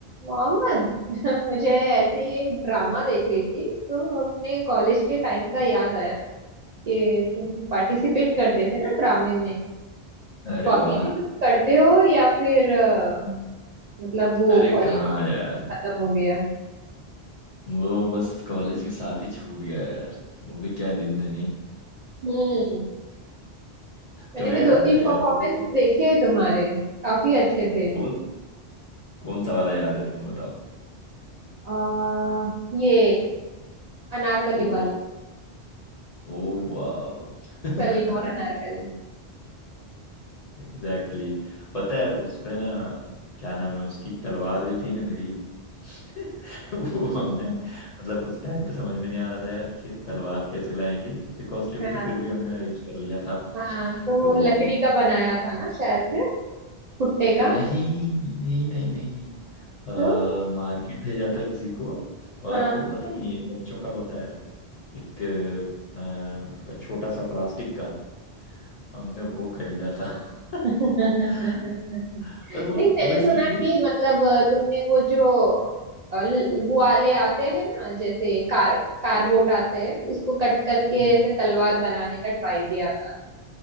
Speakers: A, on the right (about 55°); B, on the left (about 45°).
A: मोहम्मद <laughs> मुझे ऐसे ही एक ड्रामा देख रही थी तो अपने कॉलेज के टाइम का याद आया कि तुम पार्टिसिपेट करते थे ना ड्रामे में
B: अरे
A: तो अभी
B: वाह
A: भी तुम करते हो या फिर अ, मतलब वो
B: अरे
A: कॉलेज
B: कहाँ यार
A: खत्म हो गया
B: वो बस कॉलेज के साथ ही छूट गया यार वो भी क्या दिन थे नहीं
A: हम्म मैंने
B: तुम्हें
A: भी
B: याद
A: दो तीन
B: है
A: परफॉर्मेंस
B: यार वो
A: देखे हैं तुम्हारे काफी अच्छे थे
B: कौन कौन सा वाला याद है तुम्हें बताओ
A: आ, ये अनारकली
B: वो
A: वाला
B: ओ वाह <laughs>
A: सलीम और अनारकली
B: Exactly exactly. पता है उसमें ना क्या नाम है उसकी तलवार जो थी ना मेरी <laughs> वो हमने मतलब उस टाइम पे समझ में नहीं आ रहा था यार कि तलवार कैसे लाएंगे क्योंकि कॉस्ट्यूम
A: हाँ
B: तो फिर भी हमने अरेंज कर लिया था
A: हाँ तो वो
B: तो
A: लकड़ी का बनाया था ना शायद से भुट्टे का
B: नहीं नहीं नहीं नहीं नहीं अ,
A: तो
B: मार्केट भेजा था किसी को और
A: हाँ
B: वो पता नहीं बच्चों का होता है एक अ, छोटा सा प्लास्टिक का हमने वो खरीदा था <laughs>
A: नहीं
B: और वो
A: मैंने
B: वो इसलिए
A: सुना
B: भी
A: कि मतलब अ, तुमने वो जो अ, ल- वो वाले आते हैं ना जैसे कार कारबोट आते हैं उसको कट करके
B: हम्म हम्म,
A: ऐसे
B: हम्म।
A: तलवार बनाने का ट्राई किया था